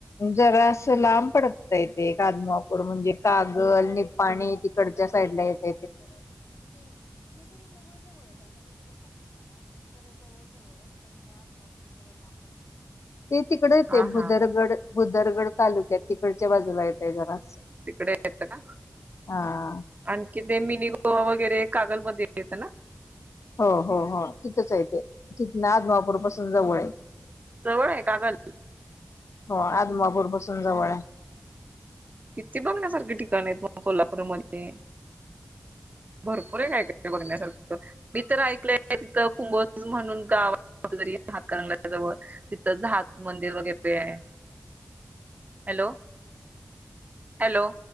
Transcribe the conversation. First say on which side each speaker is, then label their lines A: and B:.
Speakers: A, on the left (about 75°); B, on the right (about 35°).
A: जरासं लांब पडतय ते एक आदमापूर म्हणजे कागल निपाणी तिकडच्या साईडला येत ते ते तिकड येतय
B: हा
A: भुदरगड
B: हा
A: भुदरगड तालुक्यात तिकडच्या बाजूला येत आहे जरा असं
B: तिकडे येत का
A: हा
B: आणखी ते मिनी गोवा वगैरे कागलमध्ये येतं ना
A: हो हो हो तिथंच आहे ते तिथ ना आदमापूर पासून जवळ आहे
B: जवळ आहे कागल
A: हो आदमापूर पासून जवळ आहे
B: किती बघण्यासारखे ठिकाण आहेत मग कोल्हापूरमध्ये भरपूर आहे काय काय बघण्यासारख मी तर ऐकलंय तिथं कुंभोज म्हणून गाव कुठतरी हातकणंगले जवळ तिथं जहाज मंदिर वगैरे आहे हॅलो हॅलो